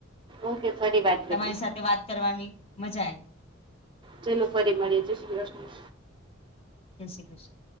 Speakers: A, on the right; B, on the left.
A: ઓકે ફરી વાત કરીએ
B: તમારી સાથે વાત કરવાની મજા આય
A: ચલો ફરી મળીએ જે શ્રી ક્રષ્ણ.
B: જે શ્રી ક્રષ્ણ